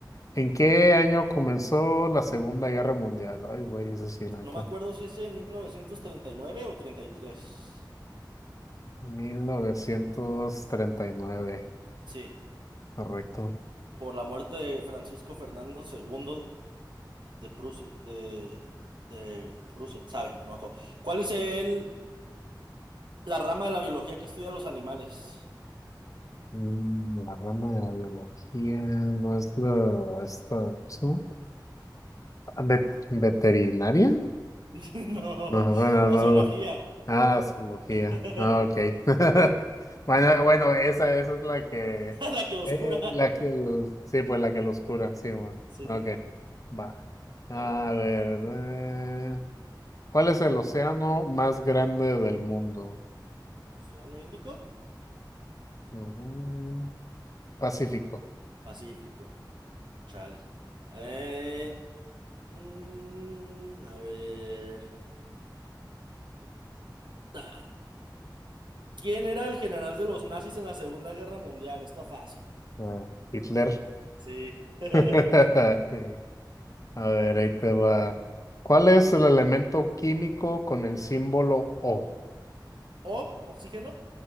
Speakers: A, on the left; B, on the right.
A: ¿En qué año comenzó la Segunda Guerra Mundial? Ay, güey, eso sí,
B: es-
A: la neta.
B: no me acuerdo si es en 1939 o 33.
A: mil novecientos treinta y nueve
B: Sí,
A: correcto.
B: por la muerte de Francisco Fernando II de Prusia. De, de Prusia, sabe, no me acuerdo. ¿Cuál es el, la rama de la biología que estudia los animales?
A: Mm, La rama de la biología no es la, esta, ¿cómo se llama? Ah, ¿Vet- ¿Veterinaria?
B: <laughs> No,
A: No, bueno,
B: la
A: no,
B: zoología.
A: Ah, zoología.
B: <laughs>
A: Ah, ok. <laughs> Bueno, bueno, esa, esa es la que,
B: La que los
A: eh,
B: cura.
A: la que, el- sí, pues la que los cura, sí, bueno.
B: Sí,
A: Ok, va. A
B: dale.
A: ver, eh, ¿cuál es el océano más grande del mundo?
B: ¿El ¿Océano Índico?
A: Mm, Pacífico.
B: Pacífico. Chales. Eh, Mm, a ver. Ah, ¿quién era el general de los nazis en la Segunda Guerra Mundial? Está fácil.
A: Ah, Hitler.
B: Sí. <laughs>
A: <laughs> Sí. A ver, ahí te va. ¿Cuál es el elemento químico con el símbolo O?
B: O, oxígeno.